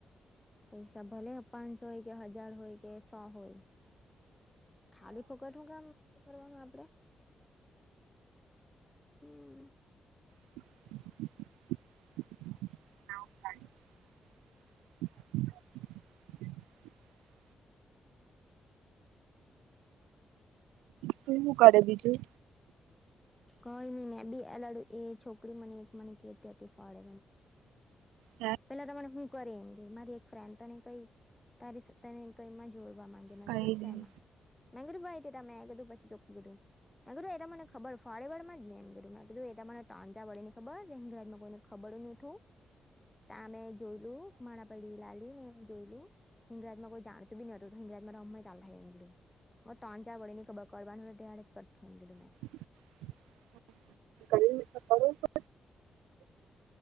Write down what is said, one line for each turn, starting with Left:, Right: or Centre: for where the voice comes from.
Left: પૈસા ભલે પાંચસો હોય કે હજાર હોય. કે સ હોય ખાલી ફોકટ શું કરવાનું આપડે. હમ.
Right: <inaudible> <inaudible> તું હું કરે બીજું
Left: કઈ નઈ મેં બી એ લડુ એ છોકરી મને એક મને કેતી હતી ફાળે
Right: હે
Left: પેલા તમારે હું કરી એમ ગ મારી એક ફ્રેન્ડ તને કઈ તારી તને કઈમાં જોડવા માંગે મે
Right: કઈ
Left: કીધું સેમા
Right: નહીં
Left: મેં કીધું પછી ચોખું કીધું એ મને ખબર મે કીધું એ તમારે ટાંચા વળેની ખબર <unintelligible> કોઈને ખબર જ નતું ત્યાં અમે જોયલું માણા પડી લાલી ને જોયલું. હિંગરાજમાં કોઈ જાણતું નતું હિંગરાજમાં <unintelligible> <unintelligible>
Right: <inaudible>